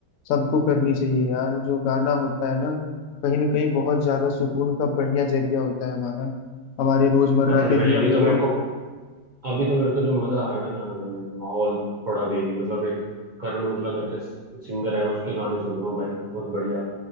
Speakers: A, on the left (about 70°); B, on the right (about 70°).
A: सबको करनी चाहिए यार जो गाना होता है ना कहीं ना कहीं बहुत ज्यादा सुकून का बढ़िया जरिया होता है हमारा हमारे रोजमर्रा
B: पता नहीं
A: के
B: भाई
A: जीवन
B: अभी
A: में
B: तो मेरे
A: जो
B: को अभी तो मेरे को जो मजा आ रहा है ना गाना सुनने में माहौल थोड़ा वेवी मतलब एक करण ओजला करके सिंगर है उसके गाने सुन रहा हूँ भाई बहुत बढ़िया